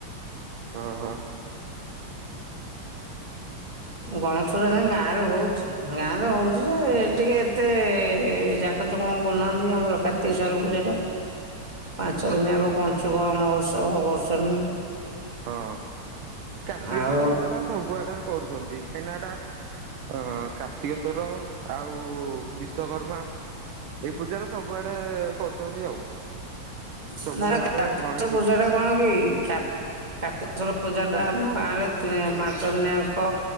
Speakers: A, on the right; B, on the right.
A: ହଁ ହଁ।
B: ଗଣେଶ ପୂଜା ତାଙ୍କ ଗାଁରେ ହଉଛି, ଗାଁରେ ହଉଛି ଯେ ଟିକେ ଏତେ କାକଚ କଣ କରୁନାହାନ୍ତି, ଆମର କାର୍ତ୍ତିକେଶ୍ଵର ପୂଜାଟା ପାଞ୍ଚ ଦିନ ଆଗ ପଞ୍ଚୁକ ଅମାବାସ୍ୟା କରୁସନ୍ତି।
A: ହଁ କାର୍ତ୍ତିକେଶ୍ଵର
B: ଆଉ
A: ପୂଜାଟା ସବୁଆଡେ କରୁଛନ୍ତି। ହେଇନାଟା ଅ କାର୍ତ୍ତିକେଶ୍ଵର ଆଉ ବି ବିଶ୍ୱକର୍ମା, ଏଇ ପୂଜାର ସବୁଆଡେ କରୁଛନ୍ତି ଆଉ
B: <unintelligible>
A: ସବୁ ଗାଁ ରେ ଗଣେଶ
B: ପୂଜା ଟା କଣ କି <unintelligible> କାର୍ତ୍ତିକେଶ୍ଵର ପୂଜା ଟା ଆମ ଗାଁରେ ତି ପାଞ୍ଚ ଦିନିଆଙ୍କ